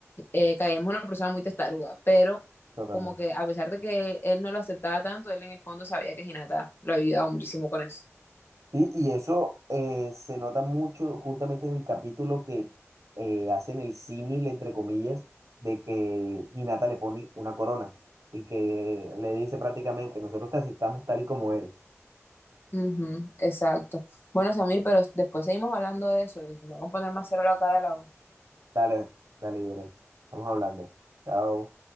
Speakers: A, on the left; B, on the right.
A: eh, Kageyama es una persona muy testaruda, pero
B: totalmente.
A: como que a pesar de que él no lo aceptaba tanto, él en el fondo sabía que Hinata lo había ayudado muchísimo con eso.
B: Y, y eso eh, se nota mucho justamente en el capítulo que eh, hacen el símil, entre comillas, de que Hinata le pone una corona y que le dice prácticamente, nosotros te aceptamos tal y como eres.
A: Ujú, exacto. Bueno, Samir, pero después seguimos hablando de eso, ¿viste? Te voy a poner más cero la acá de la U.
B: Dale, dale, Yeren, estamos hablando. Chao.